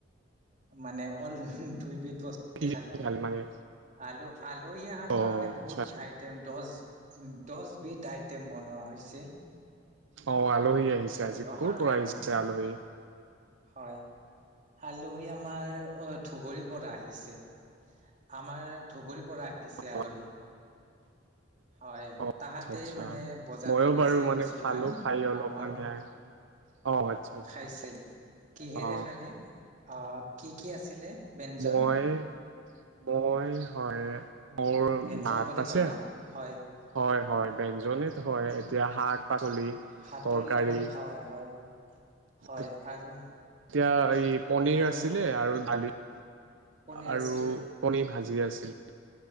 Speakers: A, on the right; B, on the right.
A: মানে অল দুইবিধ বস্তুৱে
B: কি
A: খালোঁ।
B: খালে মানে
A: আলু, আলহী অহাৰ
B: অ
A: কাৰণে
B: আচ্ছা
A: বহুত
B: আচ্ছা
A: আইটেম দছ উ দছবিধ আইটেম বনোৱা হৈছে।
B: অ', আলহী আহিছে আজি।
A: অহাৰ
B: ক'ৰ পৰা
A: কাৰণে
B: আহিছে আলহী?
A: হয়, আলহী আমাৰ অ', ধুবুৰীৰ পৰা আহিছে। আমাৰ ধুবুৰীৰ পৰা আহিছে আলহী।
B: অ <inaudible>
A: হয়,
B: আচ্ছা
A: তাহাঁতেই
B: আচ্ছা
A: মানে বজাৰ
B: ময়ো
A: কৰিছে
B: বাৰু মানে
A: কিছুমান
B: খালো খাই অলপ
A: আমাৰ।
B: মানে অ আচ্ছা আচ্ছা
A: খাইছে কিহেৰে
B: অ
A: খালে? অহ কি কি আছিলে? ব্যঞ্জন
B: মই মই হয়। মোৰ
A: ব্যঞ্জন
B: মাত
A: বুলি
B: আছে।
A: কয় ন হয়
B: হয় হয় বেঞ্জনি হয়, এতিয়া শাক-পাচলি
A: ভাতৰ
B: তৰকাৰী।
A: লগত হয় হয় হয়
B: এতিয়া
A: আৰু
B: এই পনিৰ
A: আৰু
B: আছিলে আৰু দালি।
A: পনীৰ
B: আৰু
A: আছিলে
B: কণীভাজি আছিল